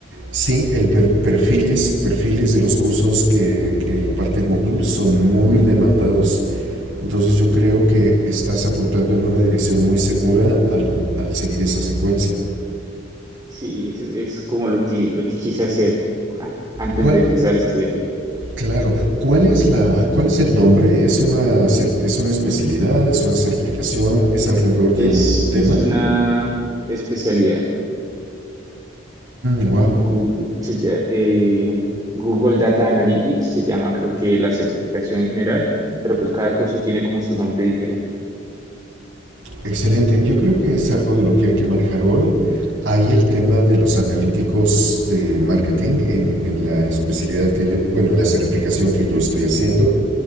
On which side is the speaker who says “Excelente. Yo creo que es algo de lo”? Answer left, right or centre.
Right